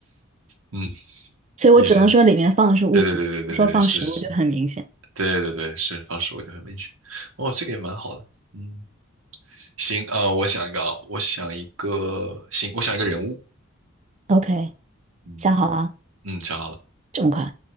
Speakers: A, on the right; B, on the right.
A: 嗯，
B: 所以我只能说里面放的是物品，
A: 也是，对对对对对对对，
B: 我说放食物就很明显。
A: 是是是，对对对是放食物就很明显，哦，这个也蛮好的，嗯，行啊，呃我想一个啊，我想一个，行，我想一个人物，
B: OK，
A: 嗯
B: 想好了，
A: 嗯，想好了，
B: 这么快